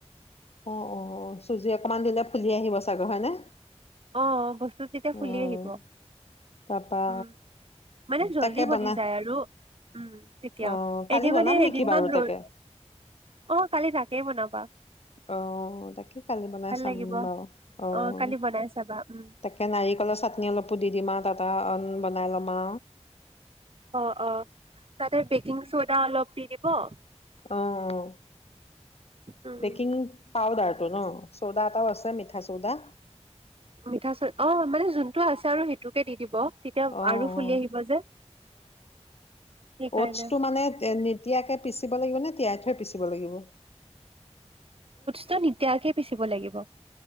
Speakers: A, on the left; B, on the right.
A: অ অ চুজি অকমান দিলে ফুলি আহিব চাগৈ হয়নে
B: অ বস্তু তেতিয়া
A: অ',
B: ফুলি আহিব
A: তাৰপা
B: উম মানে জলদি
A: তাকে
B: বনি
A: বনা
B: যায় আৰু উম তেতিয়া
A: অ', কালি
B: এনে
A: বনাম
B: মানে
A: নেকি
B: এদিনমান
A: বাৰু
B: ৰ
A: তাকে?
B: অ কালি তাকেই বনাবা
A: আহ তাকেই কালি বনাই
B: ভাল
A: চাম
B: লাগিব
A: বাৰু আহ
B: অ কালি বনাই চাবা উম
A: তাকে নাৰিকলৰ চাটনি অলপো দি দিম আৰু টা অ বনাই ল'মা
B: অঁ, অঁ তাতে বেকিং চ'ডা অলপ দি দ অঁ,
A: অঁ
B: উম
A: বেকিং পাৱ দাৰটো ন চৌদা আটাওছ মিঠা চৌদা
B: মিঠা চল অ মানে যোনটো আছে আৰু সেইটোকে দি দিব তেতিয়া
A: অঁ,
B: আৰু ফুলি আহিব যে সেইকাৰণে
A: অঁ টছটো মানে নিতিয়াকে পিচিব লাগিবনে তিয়াই থৈ পিচিব লাগিব
B: পি লাগিব